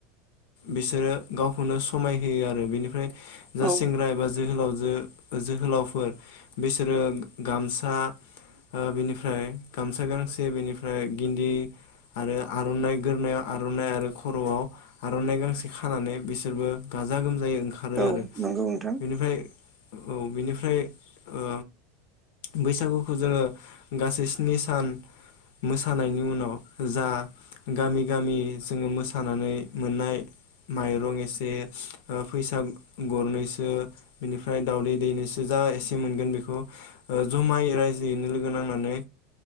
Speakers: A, on the left; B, on the right.
A: बिसोरो गावखौनो समाय होयो आरो बिनिफ्राय जा
B: औ
A: सेंग्रा एबा जोहोलावजो जोहोलावफोर बिसोरो गामसा ओ बेनिफ्राय गामसा गांसे बेनिफ्राय गिन्जि आरो आरनाइ गोदोनायाव आरनाइ आरो खर'आव आरनाइ गांसे खानानै बिसोरबो गाजा गोमजायै ओंखारो
B: औ
A: आरो
B: नंगौ नोंथां
A: बेनिफ्राय औ बिनिफ्राय ओ बैसागु जोङो गासै स्नि सान मोसानायनि उनाव जा गामि गामि जोङो मोसानानै मोननाय माइरं एसे फैसा गरनैसो बेनिफ्राय दावउदै दैनैसो जा एसे मोनगोन बेखौ जमाय राय जैयोनो लोगो नांनानै